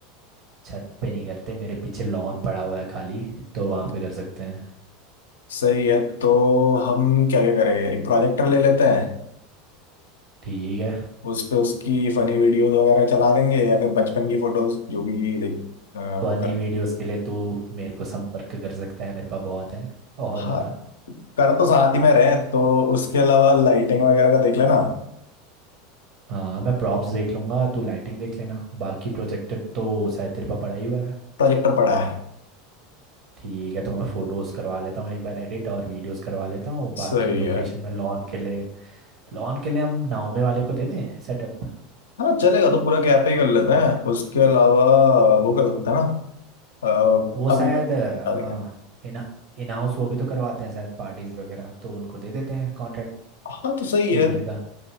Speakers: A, on the right; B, on the left.
A: छत पे नहीं करते मेरे पीछे लॉन पड़ा हुआ है खाली तो वहाँ
B: Okay.
A: पे कर सकते हैं
B: सही है तो हम क्या क्या करेंगे एक प्रोजेक्टर ले लेते हैं
A: ठीक है
B: उस पे उसकी फनी वीडियोस वगैरह चला देंगे या फिर बचपन की फोटोज जो भी लाइक
A: फनी
B: वो कर
A: वीडियोस के लिए तू मेरे को संपर्क कर सकता है मेरे पास बहुत है और
B: हाँ
A: बता
B: कर तो साथ ही में रहे तो उसके अलावा लाइटिंग वगैरह का देख लेना
A: हाँ मैं प्रॉप्स देख लूँगा तू लाइटिंग देख लेना बाकी प्रोजेक्टर तो शायद तेरे पास पड़ा ही हुआ है
B: प्रोजेक्टर पड़ा है
A: ठीक है तो मैं फोटोज़ करवा लेता हूँ एक बार एडिट और वीडियोस करवा लेता हूँ बाकी
B: सही
A: लोकेशन
B: है
A: में लॉन के लिए लॉन के लिए हम नाओमे वाले को देते हैं सेटअप
B: हाँ चलेगा तो पूरा कैफे ही कर लेते हैं उसके अलावा वो कर सकते हैं ना अ,
A: वो शायद
B: अंदर बता
A: हाँ
B: देंगे
A: इन इन हाउस वो भी तो करवाते हैं शायद पार्टीज वगैरह तो उनको दे देते हैं कॉन्ट्रैक्ट
B: हाँ तो सही
A: एक
B: है
A: दिन का